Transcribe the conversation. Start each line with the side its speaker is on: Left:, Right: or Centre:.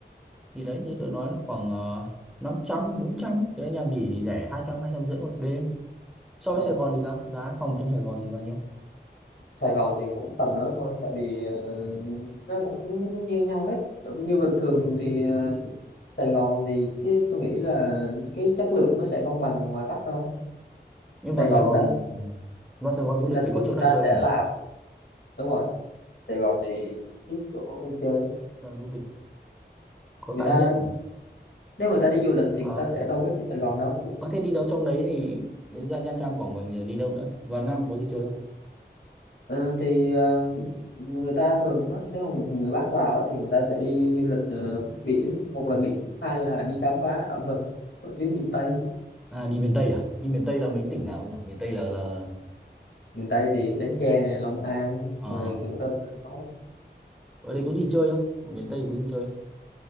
Centre: thì đấy như tớ nói là khoảng ờ, năm trăm bốn trăm thế nhà nghỉ thì rẻ hai hai trăm hai trăm rưỡi một đêm so
Left: ờ.
Centre: với Sài Gòn thì sao giá phòng trong Sài Gòn thì bao nhiêu
Left: Sài Gòn thì cũng tầm đó thôi tại vì ờ, nó cũng như nhau hết Cũng như bình thường thì ờ, Sài Gòn thì cái tôi nghĩ là cái chất lượng nó sẽ không bằng ngoài Bắc đâu
Centre: nhưng
Left: Sài
Centre: vào
Left: Gòn
Centre: Sài Gòn
Left: đa
Centre: ừ, vào Sài Gòn du lịch
Left: đa số
Centre: thì có
Left: người
Centre: chỗ nào
Left: ta
Centre: chơi
Left: sẽ
Centre: không nhỉ
Left: làm đúng rồi Sài Gòn thì ít chỗ đi chơi á.
Centre: Là du lịch có
Left: người
Centre: tại
Left: ta
Centre: hiện
Left: nếu người ta đi du lịch thì
Centre: ờ
Left: người ta sẽ đâu có đi Sài Gòn đâu
Centre: à, thế đi đâu trong đấy thì đến ra Nha Trang Quảng Bình rồi đi đâu nữa vào Nam có gì chơi không
Left: Ờ, thì ờ, người ta thường á, nếu mà người, người Bắc vào á, thì người ta sẽ đi du lịch ờ, biển một là biển hai là đi khám phá ẩm thực ở dưới miền Tây
Centre: à đi miền Tây à đi miền Tây là mấy tỉnh nào nhỉ miền Tây là là
Left: miền Tây thì Bến Tre Long An
Centre: ờ,
Left: rồi Cần Thơ Cà
Centre: ở đây có gì chơi không ở miền Tây thì có gì chơi